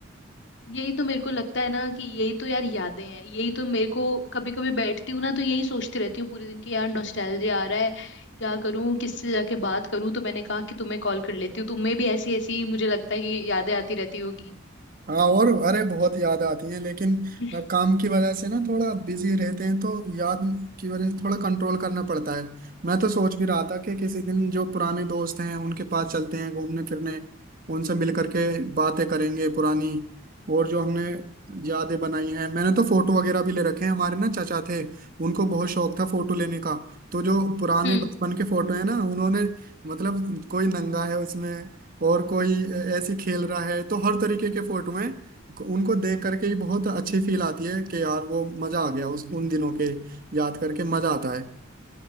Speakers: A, on the left; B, on the right.
A: यही तो मेरे को लगता है ना कि यही तो यार यादें हैं यही तो मेरे को कभी कभी बैठती हूँ ना तो यही सोचती रहती हूँ पूरे दिन की यार नॉस्टैल्जिया आ रहा है क्या करूँ किससे जाके बात करूँ तो मैंने कहा कि तुम्हें कॉल कर लेती हूँ तुम्हें भी ऐसी ऐसी मुझे लगता है कि यादें आती रहती होगी
B: हाँ और अरे बहुत याद आती है लेकिन
A: <laughs>
B: अब काम की वजह से ना थोड़ा बिजी रहते हैं तो याद की वजह से थोड़ा कंट्रोल करना पड़ता है मैं तो सोच भी रहा था कि किसी दिन जो पुराने दोस्त हैं उनके पास चलते हैं घूमने फिरने उनसे मिल करके बातें करेंगे पुरानी और जो हमने यादें बनाई हैं मैंने तो फोटो वगैरह भी ले रखे हैं हमारे ना चचा थे उनको बहुत शौक था फोटो लेने का तो जो पुराने
A: हम्म
B: बचपन के फोटो है ना उन्होंने मतलब कोई नंगा है उसमें और कोई ऐसे खेल रहा है तो हर तरीके के फोटो हैं उनको देख करके ही बहुत अच्छी फील आती है कि यार वो मजा आ गया उस उन दिनों के याद करके मजा आता है